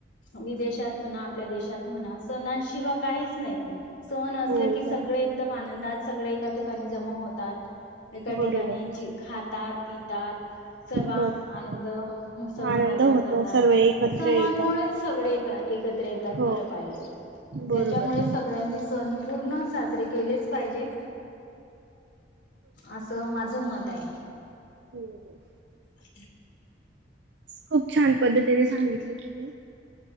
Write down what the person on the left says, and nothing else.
विदेशात म्हणा आपल्या देशात म्हणा सणांशिवाय काहीच नाही. सण असले
की
सगळे एकदम आनंदात, सगळे एका ठिकाणी जमा होतात एका
ठिकाणी जे खातात पितात सर्व आनंद
सगळं
मजा
करतात,
सणांमुळेच
सगळे एका एकत्र येतात
खरं पाहिलं तर, त्याच्यामुळे
सगळ्यांनी सण पूर्ण साजरे केलेच पाहिजे असं माझं मत आहे.
हम्म.